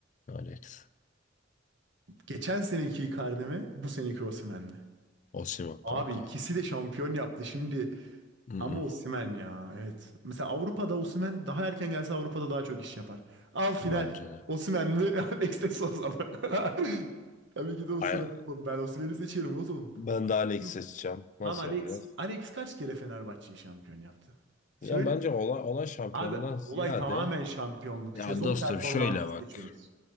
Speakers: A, on the left (about 40°); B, on the right (about 65°).
A: Alex.
B: Geçen seneki Icardi mi, bu seneki Osimhen mi?
A: Osimhen
B: Abi
A: kanka.
B: ikisi de şampiyon yaptı. Şimdi
A: Mm-mm,
B: Ama Osimhen ya evet. Mesela Avrupa'da Osimhen daha erken gelse Avrupa'da daha çok iş yapar. Al final.
A: bence de.
B: Osimhen mi? <laughs> Alex de Sousa mı? <laughs> Tabii ki de Osimhen
A: Ay-
B: oğlum. Ben Osimhen'i seçerim oğlum.
A: Ben
B: Saçmalama.
A: de Alex seçeceğim. Nasıl
B: Lan Alex,
A: yapacağız?
B: Alex kaç kere Fenerbahçe'yi şampiyon yaptı? Söyle.
A: Ya bence olay, olay şampiyondan
B: Abi
A: ziyade
B: olay tamamen şampiyonluk.
A: ya
B: Sezon
A: dostum
B: performansı
A: şöyle bak.
B: seçiyoruz.